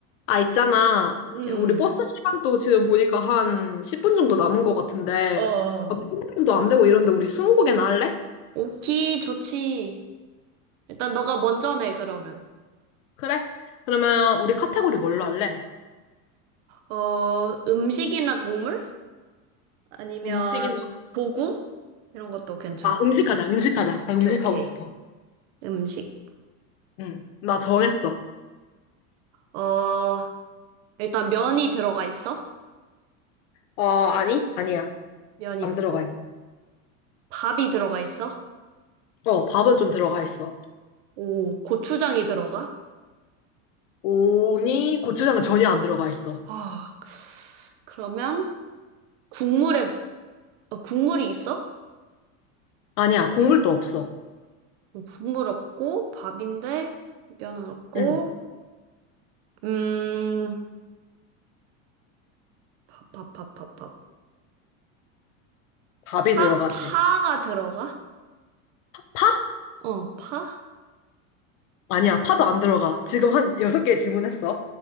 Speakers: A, on the left; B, on the right.
A: 아, 있잖아.
B: 음,
A: 우리 버스 시간도 지금 보니까 한 10분 정도 남은 것 같은데,
B: 어,
A: 아, 분도 안 되고 이런데 우리 20곡이나 할래?
B: 오키, 좋지. 일단 너가 먼저 내, 그러면.
A: 그래? 그러면 우리 카테고리 뭘로 할래?
B: 어, 음식이나 동물? 아니면
A: 음식이나,
B: 도구? 이런 것도 괜찮고.
A: 아, 음식하자, 음식하자.
B: 오케이,
A: 나 음식하고
B: 오케이.
A: 싶어.
B: 음식.
A: 응, 나 정했어.
B: 어, 일단 면이 들어가 있어?
A: 어, 아니? 아니야.
B: 면이
A: 안
B: 없고.
A: 들어가 있어.
B: 밥이 들어가 있어?
A: 어, 밥은 좀 들어가 있어.
B: 오, 고추장이 들어가?
A: 오니 고추장은 전혀 안 들어가 있어.
B: 아, 그러면 국물에, 어, 국물이 있어?
A: 아니야, 국물도 없어.
B: 어, 국물 없고, 밥인데, 면은 없고,
A: 응,
B: 음, 파, 파, 파, 파, 파.
A: 밥이
B: 파,
A: 들어가지.
B: 파가 들어가?
A: 파?
B: 어, 파?
A: 아니야, 파도 안 들어가. 지금 한 여섯 개 질문했어.